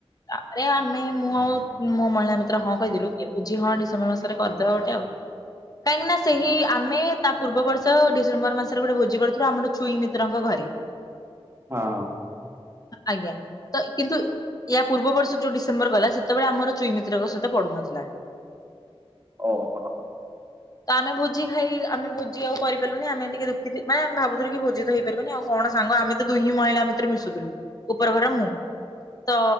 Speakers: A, on the left; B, on the right.
A: ତାପରେ ଆମେ ମୁଁ ଆଉ ମୋ ମହିଳା ମିତ୍ର ହଁ କହିଦେଲୁ କିଏ ବୁଝି ହଁ ଡିସେମ୍ବର ମାସରେ କରିଦବା ଗୋଟେ ଆଉ କାହିଁକି ନା ସେହି ଆମେ ତା ପୁର୍ବ ବର୍ଷ ଡିସେମ୍ବର ମାସରେ ଗୋଟେ ଭୋଜି କରିଥିଲୁ ଆମର ଛୁଇଁ ମିତ୍ରଙ୍କ ଘରେ।
B: ହଁ
A: ଆଜ୍ଞା ତ କିନ୍ତୁ ଏହା ପୂର୍ବବର୍ଷ ଯୋଉ ଡିସେମ୍ବର ଗଲା ସେତେବେଳେ ଆମର ଚୁଇମିତ୍ରଙ୍କ ସହିତ ପଡୁନଥିଲା।
B: ଓ ହୋ
A: ତ ଆମେ ଭୋଜି ଖାଇ ଆମେ ଭୋଜି ଆଉ କରିପଲୁନି ଆମେ ଟିକେ ଦୁଖି ଥି ମା ଭୋଜି ତ ହେଇପାରିବନି ଆଉ କଣ ସାଙ୍ଗ ଆମେ ତ ଦୁଇ ହିଁ ମହିଳା ଭିତରେ ମିଶୁଥିଲୁ ଉପର ଘର ମୁଁ ତ